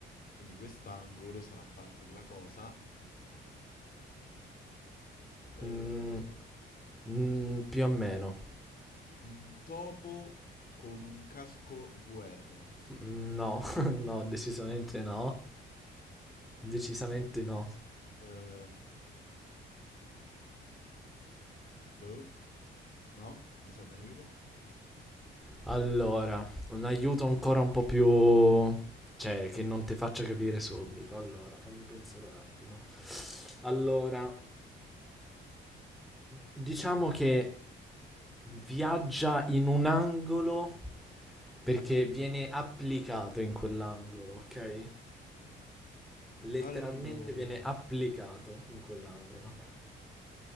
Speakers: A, on the left (about 45°); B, in the centre.
A: quindi quest'angolo sarà parte della cosa. Ehm,
B: Mm, mm, più o meno.
A: un topo con un casco VR.
B: Mm, No, <laughs> no, decisamente no. Decisamente no.
A: Ehm, boh. No? Ne serve un aiuto?
B: Allora, un aiuto ancora un po' più... Cioè,
A: Mh-mh.
B: che non ti faccia capire subito. Allora, fammi pensare un attimo. Allora, diciamo che viaggia in un angolo perché viene applicato in quell'angolo, ok? Letteralmente
A: Allora,
B: viene applicato in quell'angolo.